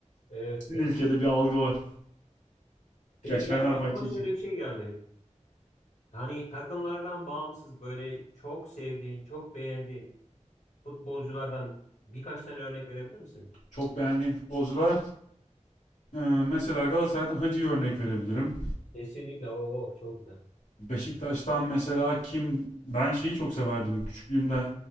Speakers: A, on the left; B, on the left.
A: Evet
B: Ülkede
A: evet.
B: bir algı var.
A: Peki
B: Gerçi Fenerbahçe
A: ya aklıma
B: için.
A: şöyle bir şey geldi. Hani takımlardan bağımsız böyle çok sevdiğin, çok beğendiğin futbolculardan birkaç tane örnek verebilir misin?
B: Çok beğendiğim futbolcular. Ee, mesela Galatasaray'dan Hacı'yı örnek verebilirim.
A: Kesinlikle. Oo, çok güzel.
B: Beşiktaş'tan mesela kim ben şeyi çok severdim küçüklüğümde